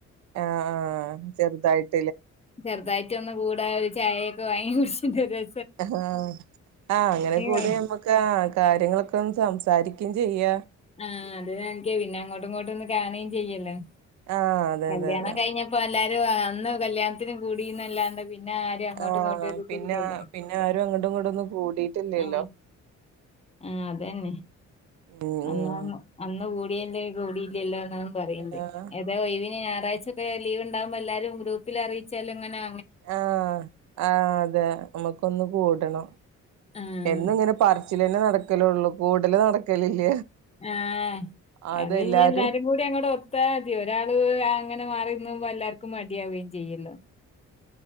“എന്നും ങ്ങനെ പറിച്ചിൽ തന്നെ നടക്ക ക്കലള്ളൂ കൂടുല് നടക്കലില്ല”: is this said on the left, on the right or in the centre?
Right